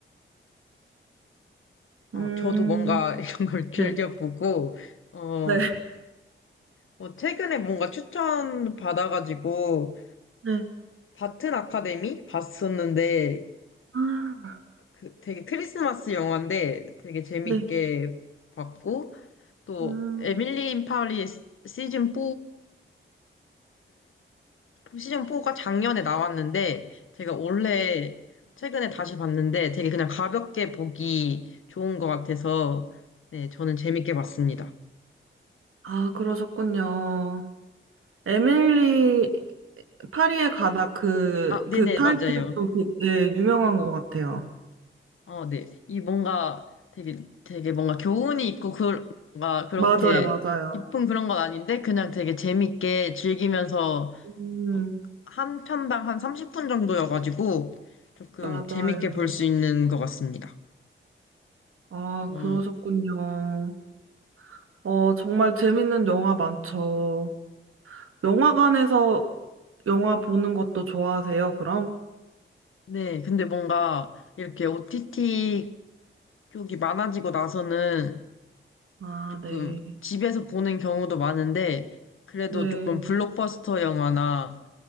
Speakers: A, on the left; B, on the right.
A: 아,
B: 음,
A: 저도 뭔가 <laughs> 이런 걸 즐겨보고,
B: 네,
A: 어,
B: 네,
A: 어, 최근에 뭔가 추천 받아가지고
B: 네.
A: 바튼 아카데미 봤었는데
B: 아,
A: 그 되게 크리스마스 영화인데 되게 재밌게
B: 네.
A: 봤고 또
B: 음.
A: 에밀리 인 파리 시즌 4를 시즌 4가 작년에 나왔는데 제가 원래 최근에 다시 봤는데 되게 그냥 가볍게 보기 좋은 것 같아서 네 저는 재밌게 봤습니다.
B: 아, 그러셨군요. 에밀리 파리에 가다 그,
A: 아 네네
B: 그 타이틀
A: 맞아요.
B: 좀 그- 네, 유명한 것 같아요.
A: 어, 네. 이 뭔가 되게, 되게 뭔가 교훈이 있고, 그, 뭔가 그렇게
B: 맞아요, 맞아요.
A: 깊은 그런 건 아닌데, 그냥 되게 재밌게 즐기면서,
B: 음,
A: 어, 한 편당 한 30분 정도여가지고, 조금
B: 맞아요.
A: 재밌게 볼 수 있는 것 같습니다.
B: 아,
A: 어,
B: 그러셨군요. 어, 정말 재밌는 영화 많죠. 영화관에서 영화 보는 것도 좋아하세요, 그럼?
A: 네. 근데 뭔가 이렇게 OTT 쪽이 많아지고 나서는
B: 아,
A: 조금
B: 네.
A: 집에서 보는 경우도 많은데, 그래도
B: 네,
A: 조금 블록버스터 영화나